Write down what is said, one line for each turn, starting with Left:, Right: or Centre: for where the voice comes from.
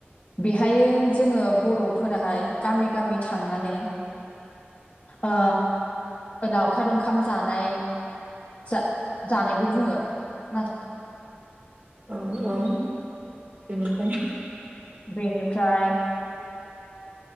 Left: बेहायो जोङो बर'फोराहाय गामि गामि थांनानै ओ लावखार ओंखाम जानाय जा जानायबो बुंङो नाथाय
Right: औ औ। बेनिफाय
Left: बेनिफ्राय